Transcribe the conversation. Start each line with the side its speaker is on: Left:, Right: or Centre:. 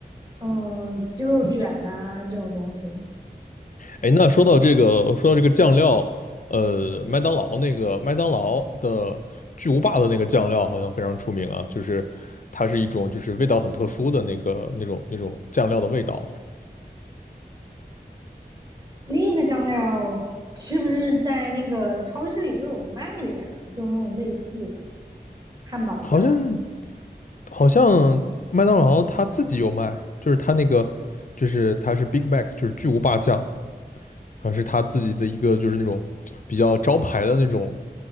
Right: 嗯鸡肉卷啊这种东西，
Left: 哎，那说到这个，说到这个酱料，呃，麦当劳那个麦当劳的巨无霸的那个酱料好像非常出名啊，就是它是一种就是味道很特殊的那个那种那种酱料的味道，
Right: 那个酱料是不是在那个超市里都有卖的呀？就那种类似的汉堡酱，
Left: 好像好像麦当劳它自己有卖，就是它那个就是它是 Big Mac，就是巨无霸酱，还是它自己的一个就是那种比较招牌的那种